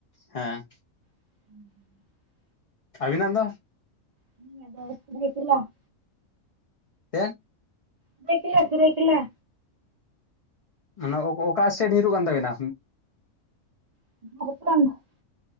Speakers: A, on the left (about 50°); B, on the right (about 35°).
A: ᱦᱮᱸ᱾
B: <unintelligible>
A: ᱟᱹᱵᱤᱱᱟᱜ ᱫᱚ?
B: ᱟᱹᱞᱤᱧᱟᱜ ᱫᱚ ᱥᱩᱨᱟᱹᱭᱠᱮᱞᱟ ᱾
A: <unintelligible>
B: ᱥᱩᱨᱟᱹᱭᱠᱮᱞᱟ ᱥᱩᱨᱟᱹᱭᱠᱮᱞᱟ᱾
A: ᱢᱟᱱᱮ ᱚ ᱚᱠᱟ ᱮᱥᱴᱮᱴ ᱧᱩᱨᱩᱜ ᱠᱟᱱ ᱛᱟᱵᱤᱱᱟ?
B: <unintelligible>